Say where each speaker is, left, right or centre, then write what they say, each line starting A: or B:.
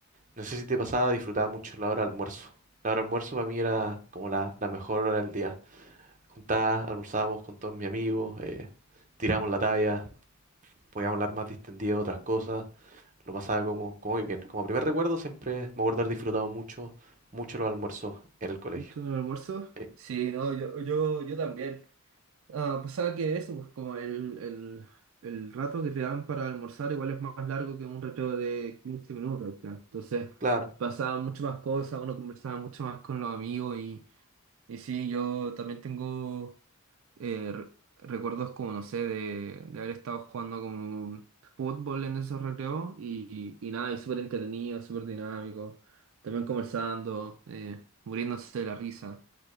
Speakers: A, on the right (about 35°); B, on the right (about 65°).
A: No sé si te pasaba, disfrutaba mucho la hora de almuerzo. La hora de almuerzo para mí era como la, la mejor hora del día. Juntadas, almorzábamos con todos mis amigos, eh, tirábamos la talla, podíamos hablar más distendido de otras cosas. Lo pasaba como, como muy bien. Como primer recuerdo, siempre me acuerdo haber disfrutado mucho, mucho los almuerzos en el colegio.
B: ¿Mucho almuerzo?
A: Eh,
B: Sí, no, yo, yo, yo también. Ah, pasaba que eso, pues como el, el, el rato que te dan para almorzar igual es más largo que un recreo de 15 minutos al final. Entonces
A: claro,
B: pasaban muchas más cosas, uno conversaba mucho más con los amigos y, y sí, yo también tengo eh, re- recuerdos como, no sé, de, de haber estado jugando como fútbol en esos recreos y, y, y nada, y súper entretenido, súper dinámico, también conversando, eh, muriéndose de la risa.